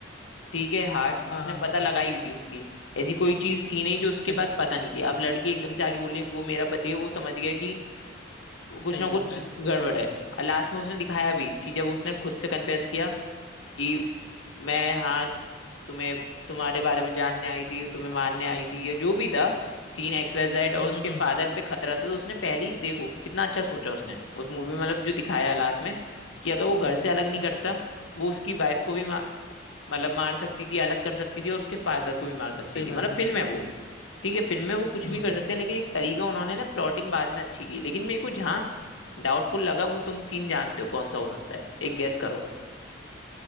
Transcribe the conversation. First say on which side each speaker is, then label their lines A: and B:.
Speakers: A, on the left; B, on the left.
A: ठीक है हार्ट
B: हाँ
A: उसने
B: हाँ
A: पता
B: हाँ
A: लगाई हुई थी उसकी ऐसी कोई चीज थी नहीं जो उसके
B: सही
A: पास पता नहीं थी अब लड़की एकदम से आगे बोली वो मेरा पति है वो समझ गया कि कुछ
B: सही
A: ना
B: बात
A: कुछ
B: है
A: गड़बड़ है और लास्ट में उसने दिखाया भी कि जब उसने खुद से कन्फेस किया कि मैं हाँ तुम्हें तुम्हारे बारे में जानने आई थी तुम्हें मारने आई थी या जो भी था सीन एक्स वाई जेड
B: हम्म
A: और उसके
B: हम्म हम्म,
A: फादर पे खतरा था तो उसने पहली देखो कितना अच्छा सोचा उसने उस मूवी में मतलब जो दिखाया लास्ट में कि अगर वो घर से अलग नहीं करता वो उसकी वाइफ को भी मा, मतलब मार सकती थी अलग कर सकती थी और उसके फादर को भी मार सकती
B: सही
A: थी
B: बात
A: मतलब
B: है
A: फिल्म है वो ठीक है फिल्म में वो कुछ
B: हम्म
A: भी कर सकते हैं लेकिन एक तरीका उन्होंने ना प्लॉटिंग बाद में अच्छी की लेकिन मेरे को जहाँ डाउटफुल लगा वो तुम सीन जानते हो कौन सा हो सकता है एक गेस करो